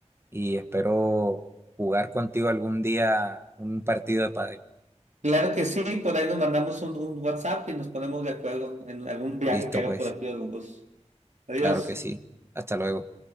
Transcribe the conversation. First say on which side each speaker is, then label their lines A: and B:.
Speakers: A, on the right (about 20°); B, on the right (about 85°).
A: y espero jugar contigo algún día un partido de pádel.
B: Claro que sí, por ahí nos mandamos un, un WhatsApp y nos ponemos de acuerdo en algún viaje
A: Listo,
B: que haga
A: pues,
B: por aquí de Rumbos. Adiós.
A: claro que sí. Hasta luego.